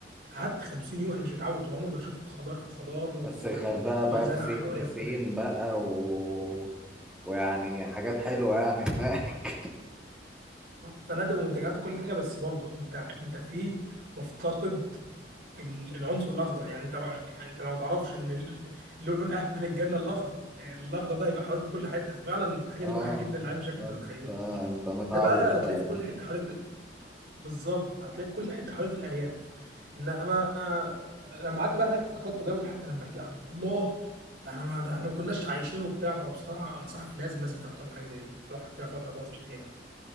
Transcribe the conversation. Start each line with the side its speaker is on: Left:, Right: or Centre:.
Right: قعدت 50 يوم انا مش متعود طول عمري بشوف خضار في خضار و...
Centre: بس الغردقه بقى
Right: وزرع
Centre: بسي...
Right: حواليا
Centre: بسين
Right: في كل حاجه
Centre: بقى و... ويعني حاجات حلوه يعني هناك
Right: فنادق ومنتجعات وكل حاجه بس برضه انت انت فيه مفتقد ال- العنصر الاخضر يعني انت رأ- يعني انت لو ما تعرفش ان ال- لون اهل الجنه الاخضر الاخضر ده هيبقى حواليك في كل حته ففعلا
Centre: <laughs>
Right: الحاجه
Centre: اه
Right: دي مريحه جدا للعين بشكل
Centre: انت
Right: انت ما تتخيلوش
Centre: انت متعود
Right: ده بقى هتلاقيه
Centre: بقى
Right: في كل
Centre: يعني.
Right: حته حواليك بالظبط هتلاقيه في كل حته حواليك في الارياف انما لما قعدت بقى هناك افتقدته جامد حتى لما رجعت الله ده احنا ما ده احنا ما كناش عايشين وبتاع فبصراحه انصحك لازم لازم تروح تعمل حاجه زي دي تروح كده فتره تقعد في الارياف